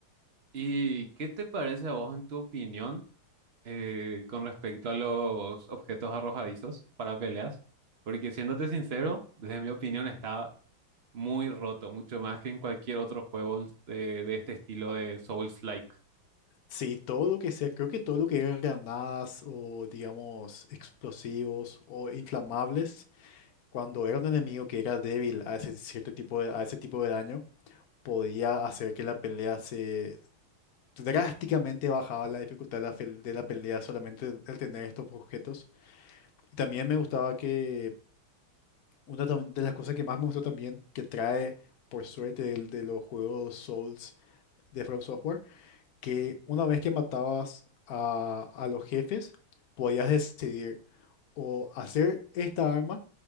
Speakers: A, on the right; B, on the left.
A: ¿Y qué te parece a vos, en tu opinión? eh, con respecto a los objetos arrojadizos para peleas, porque siéndote sincero, desde mi opinión está muy roto, mucho más que en cualquier otro juego de, de este estilo de Souls-like.
B: Sí, todo lo que sea, creo que todo lo que era granadas o digamos explosivos o inflamables, cuando era un enemigo que era débil a ese cierto tipo de, a ese tipo de daño, podía hacer que la pelea se drásticamente bajaba la dificultad de la, fel- de la pelea solamente el tener estos objetos. Y también me gustaba que una tam- de las cosas que más me gustó también, que trae por suerte del- de, los juegos Souls de From Software, que una vez que matabas a, a los jefes, podías decidir o hacer esta arma,